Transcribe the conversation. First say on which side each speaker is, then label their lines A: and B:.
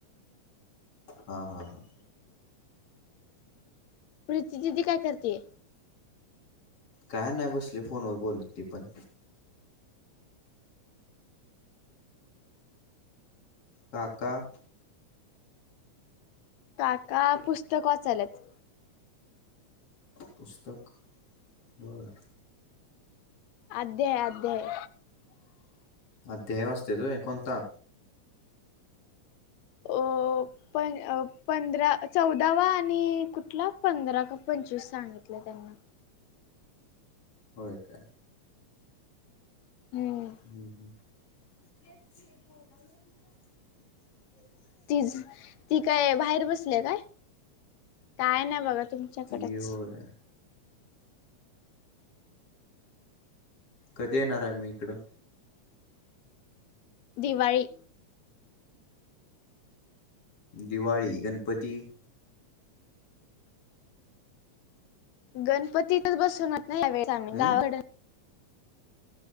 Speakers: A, on the left; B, on the left.
A: हा हा हा.
B: प्रीती दिदी काय करतीये?
A: काय नाही... बसलीय फोनवर बोलत ती पण. काका?
B: काका पुस्तक वाचायलेत.
A: पुस्तक? बर.
B: अध्याय अध्याय.
A: अध्याय वाचत्यात होय. कोणता?
B: अ. प पंधरा, चौदावा- आणि कुठला पंधरा का पंचवीस सांगितला त्यांनी.
A: होय का?
B: हं.
A: हं हं <unintelligible>
B: ती ती काय बाहेर बसली काय? काय नाही बघा. तुमच्याकडेच.
A: ती होय कधी येणार आहे मग इकडं?
B: दिवाळी.
A: दिवाळी, गणपती?
B: गणपतीच तर बसवणार ना यावेळे आम्ही
A: हम्म
B: गावाकड-